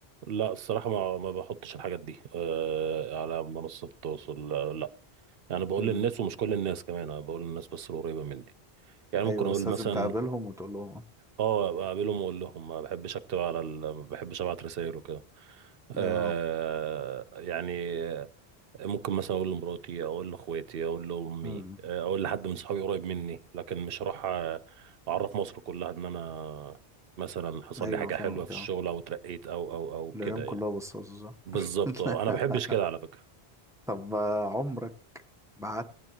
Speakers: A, on the right; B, in the centre.
A: لا الصراحه ما ما بحطش الحاجات دي آه على منصات التواصل آه، لا يعني بقول
B: أمم.
A: للناس ومش كل الناس كمان انا بقول للناس بس القريبه مني يعني ممكن
B: ايوه
A: اقول
B: بس
A: مثلا
B: لازم تقابلهم وتقول لهم
A: اه أبقى اقابلهم واقول لهم ما بحبش اكتب على ال... ما بحبش ابعت رسائل وكده
B: اه
A: آه يعني ممكن مثلا اقول لمراتي اقول لاخواتي اقول لامي
B: امم
A: اقول لحد من صحابي قريب مني لكن مش هروح أ- اعرف مصر كلها ان انا مثلا حصل
B: ايوه
A: لي حاجه
B: فاهمك
A: حلوه في الشغل
B: اه
A: او اترقيت او او او
B: العيون
A: كده
B: كلها
A: يعني
B: بصاصه صح
A: بالظبط
B: <laughs>
A: اه انا ما بحبش كده على فكره
B: طب آه، عمرك بعت